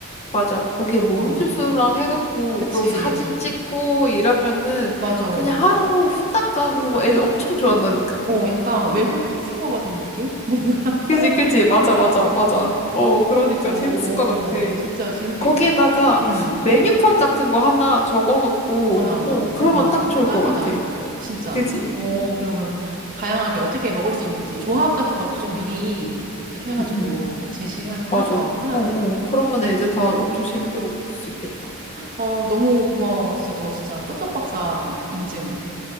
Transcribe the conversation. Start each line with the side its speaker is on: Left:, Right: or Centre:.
Left: 맞아. 거기에 뭐
Right: 어,
Left: 음주수랑 해갖고
Right: 그치.
Left: 또 사진 찍고 이러면은
Right: 맞아. 어,
Left: 그냥 하루 후딱 가. 그런 거 애들 엄청 좋아한다니까.
Right: 약간 외국 힙스터가 된 느낌? <laughs> 뭔가 서양
Left: 그지, 그지.
Right: 힙스터가
Left: 맞아, 맞아,
Right: 된 느낌.
Left: 맞아. 어, 그러니까
Right: 오,
Left: 재밌을 것 같아.
Right: 진짜 재밌겠다.
Left: 거기에다가
Right: 음.
Left: 메뉴판 같은 거 하나 적어놓고,
Right: 어머나, 어머나.
Left: 어, 그러면
Right: 어,
Left: 딱 좋을
Right: 딱이다.
Left: 것 같아.
Right: 진짜.
Left: 그지?
Right: 어, 그러면 다양하게 어떻게 먹을 수 있는지 조합 같은 것도 좀 미리 이렇게 해가지고
Left: 응, 응.
Right: 제시하면은
Left: 맞아.
Right: 더
Left: 어,
Right: 편하겠다.
Left: 어. 그러면 애들 다 엄청 재밌게 먹을 수 있겠다.
Right: 어, 너무 고마워. 진짜 너 진짜 쩝쩝 박사 이- 인증.